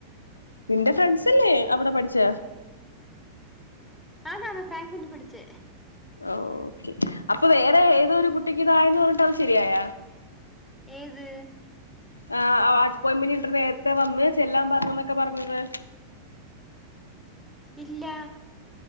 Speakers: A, on the left (about 80°); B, in the centre.
A: നിന്റെ ഫ്രണ്ട്സല്ലേ അവിടെ പഠിച്ച
B: ആ് നാ ഫ്രൈ പണ്ടി പിടുിച്ചേ
A: ഓ അപ്പൊ വേറെ ഏതൊരു കു കുട്ടക്ക് ഇതായന്ന് പറഞ്ഞിട്ട് അത് ശെരിയായ
B: ഏത്
A: ആ അയിമെന്റ് ഇ് നേരത്തെ വന്ന് ചെല്ലാൻ പറഞ്ഞ എന്നൊക്കെ പറഞ്ഞത്
B: ഇല്ല